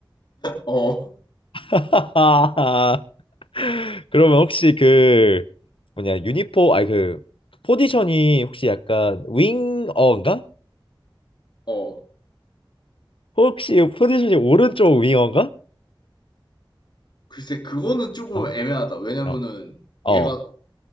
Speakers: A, on the left (about 55°); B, on the left (about 85°).
A: 어,
B: <laughs> 그러면 혹시 그 뭐냐 유니포 아니 그 포지션이 혹시 약간 윙어인가?
A: 어.
B: 혹시 포지션이 오른쪽 윙어인가?
A: 글쎄, 그거는 조금
B: 어?
A: 애매하다. 왜냐면은
B: 어. 어.
A: 얘가